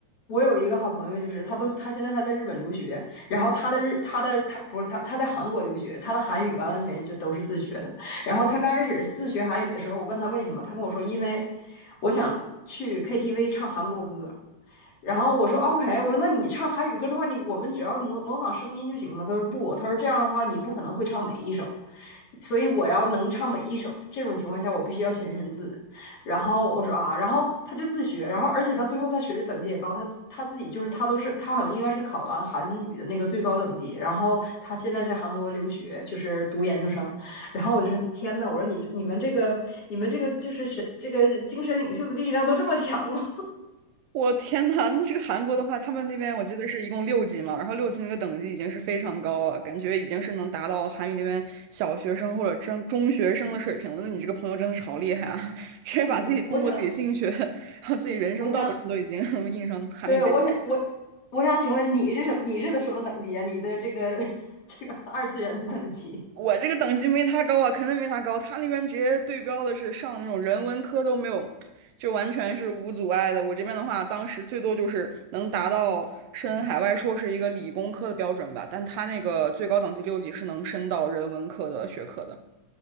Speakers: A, on the left; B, on the right.
A: 我有一个好朋友，就是他都他现在他在日本留学，然后他的日他的他不是他他在韩国留学，他的韩语完完全全就都是自学的。然后他刚开始自学韩语的时候，我问他为什么，他跟我说因为我想去 KTV 唱韩国歌，然后我说 OK，我说那你唱韩语歌的话，你我们只要模模仿声音就行了吗？他说不，他说这样的话你不可能会唱每一首，所以我要能唱每一首。这种情况下，我必须要学认字。然后我说啊，然后他就自学，然后而且他最后他学的等级也高，他他自己就是他都是他好像应该是考完韩语的那个最高等级，然后他现在在韩国留学，就是读研究生。然后我就说天呐，我说你你们这个你们这个就是神这个精神领袖的力量都这么强吗？
B: 我天呐，那这个韩国的话，他们那边我记得是一共六级嘛，然后六级那个等级已经是非常高了，感觉已经是能达到韩语这边小学生或者中中学生的水平了。那你这个朋友真的是好厉害啊，<laughs> 直接把自己通过自己兴趣，
A: 嗯，我想
B: 然后自己人生道路上都已经
A: 我想，
B: <laughs> 印上韩语这。
A: 对，我想，我我想请问你是什你是的什么等级啊？你的这个 <laughs> 这个二次元的等级？
B: 我这个等级没他高啊，肯定没他高。他那边直接对标的是上那种人文科都没有，就完全是无阻碍的。我这边的话，当时最多就是能达到申海外硕士一个理工科的标准吧，但他那个最高等级六级是能升到人文科的学科的。